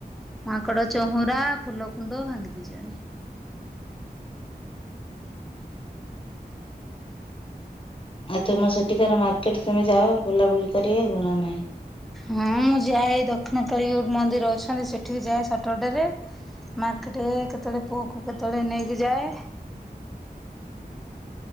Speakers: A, in the centre; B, on the left.
A: ମାଙ୍କଡ ଚହୁରା ଫୁଲ କୁଣ୍ଡ ଭାଙ୍ଗିଦେଇଚନ୍ତି।
B: ଆଉ ତୁମ ସେଠିକାର ମାର୍କେଟ କେମିତି ଯାଅ ବୁଲାବୁଲି କରିବାକୁ ନା ନାହିଁ?
A: ହଁ ମୁଁ ଯାଏ ଦକ୍ଷିଣକାଳୀ ମନ୍ଦିର ଅଛନ୍ତି ସେଠିକି ଯାଏ ସଟରର୍ଡେରେ। ମାର୍କେଟେ ଏ କେତେବେଳେ ପୁଅକୁ କେତେବେଳେ ନେଇକି ଯାଏ।